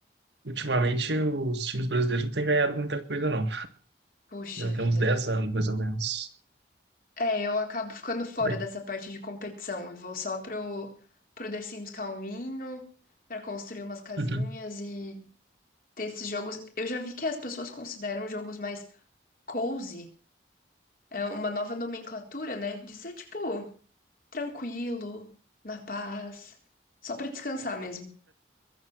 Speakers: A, on the right (about 75°); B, on the left (about 50°).
A: ultimamente os times brasileiros não têm ganhado muita coisa, não.
B: Puxa
A: Já tem
B: vida.
A: uns 10 anos, mais ou menos.
B: É, eu acabo ficando fora
A: Bem.
B: dessa parte de competição e vou só pro, pro The Sims calminho, pra construir umas casinhas
A: <laughs>
B: e ter esses jogos. Eu já vi que as pessoas consideram jogos mais cozy, é uma nova nomenclatura, né? De ser tipo tranquilo, na paz, só pra descansar mesmo.